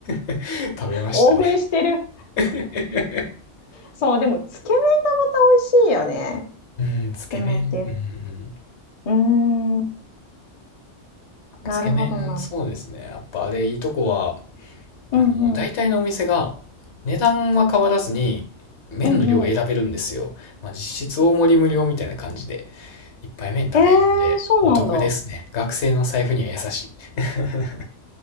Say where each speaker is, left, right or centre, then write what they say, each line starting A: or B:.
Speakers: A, on the left (about 70°); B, on the left (about 40°).
A: <laughs> 食べましたね。
B: 大食いしてる。
A: <laughs>
B: そう、でも、つけ麺がまた美味しいよね。
A: うん、つけ麺、
B: つけ麺っていうの。
A: うん、うん。
B: うーん、なるほどな。
A: つけ麺、そうですね。やっぱあれ、いいとこは、
B: うんうん。
A: あの、大体のお店が値段は変わらずに麺の量を選べるんですよ。
B: うんうん。
A: まあ、実質大盛り無料みたいな感じでいっぱい麺食べれるんでお得ですね。
B: えー、そうなんだ。
A: 学生の財布には優しい。<laughs>